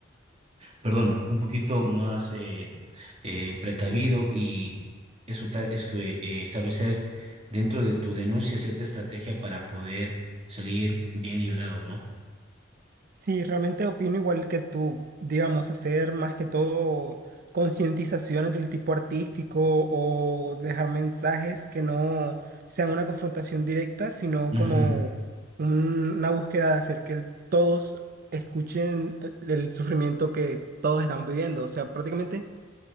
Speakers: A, on the right; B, on the right.
A: perdona, un poquito más eh, eh, precavido y eso tal es que eh, establecer dentro de tu denuncia cierta estrategia para poder salir bien librado, ¿no?
B: Sí, realmente opino igual que tú, digamos, hacer más que todo concientizaciones del tipo artístico o dejar mensajes que no sean una confrontación directa, sino
A: Ujú,
B: como un- una búsqueda de hacer que el- todos escuchen el, el sufrimiento que todos estamos viviendo. O sea, prácticamente